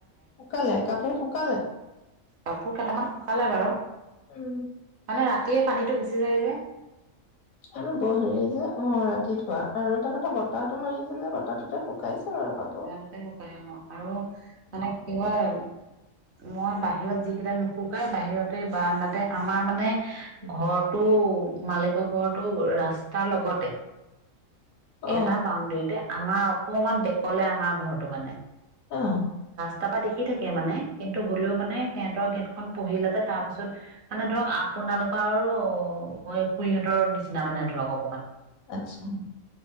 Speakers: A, on the left; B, on the right.
A: শুকালে কাপোৰ শুকালে
B: কাপোৰ কেইটামান শুকালে বাৰু
A: উ'ম
B: মানে ৰাতিয়ে পানীটো গুচি যায় যে।
A: আৰু হেৰি যে অ', ৰাতি ধোৱা আৰু এটা কথা বতাহটো মাৰি আছে যে বতাহটোতে শুকাইছে। বাৰু কাপোৰ।
B: ৰাতিতে শুকাই অ' আৰু মানে কি হয় মই বাহিৰত যিকেইটা নুশুকাই বাহিৰতে বাৰাণ্ডাতে আমাৰ মানে ঘৰটো মালিকৰ ঘৰটো ৰাস্তাৰ লগতে।
A: অহ
B: এটা বাউণ্ডৰীতে আমাৰ অকমান ক'লে আমাৰ ঘৰটো মানে
A: অ',
B: তাৰপা দেখি থাকে মানে কিন্তু হ'লেও মানে সিহঁতৰ গেটখন <unintelligible> পঢ়িলাতে তাৰপিছত মানে ধৰক আপোনালোকৰ আৰু খুুৰীহঁতৰ নিচিনা মানে ধৰক অকমান।
A: আচ্ছা।